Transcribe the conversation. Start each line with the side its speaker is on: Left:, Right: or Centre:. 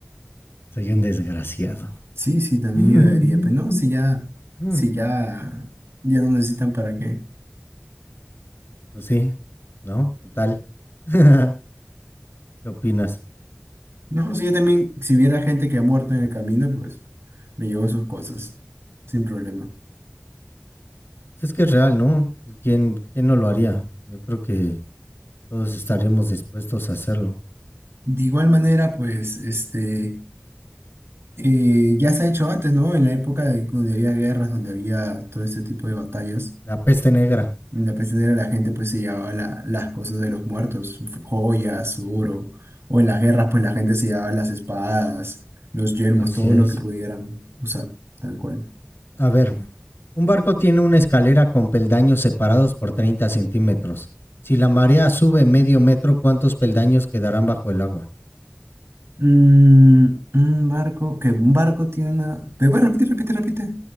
Left: Soy un desgraciado. <laughs>
Right: Sí, sí, también
Left: Mm,
Right: ayudaría. Pues no, si ya,
Left: mm.
Right: si ya, ya no necesitan para qué.
Left: Pues sí, ¿no? Total. <laughs> ¿Qué opinas?
Right: No, si yo también, si hubiera gente que ha muerto en el camino, pues me llevo sus cosas, sin problema.
Left: Pues Es que es real, ¿no? ¿Quién, quién no lo haría? Yo creo que todos estaríamos dispuestos a hacerlo.
Right: De igual manera, pues, este, eh, ya se ha hecho antes, ¿no? En la época de, donde había guerras, donde había todo este tipo de batallas
Left: La peste negra.
Right: en La peste la gente pues se llevaba la- las cosas de los muertos, su f- joyas, su oro. O en las guerras pues la gente se llevaba las espadas, los yelmos,
Left: Así
Right: todo
Left: es.
Right: lo que pudieran usar, tal cual.
Left: A ver, un barco tiene una escalera con peldaños separados por 30 centímetros. Si la marea sube medio metro, ¿cuántos peldaños quedarán bajo el agua?
Right: Mm, un barco, que un barco tiene una... ¿Me puedes repetir, repite, repite?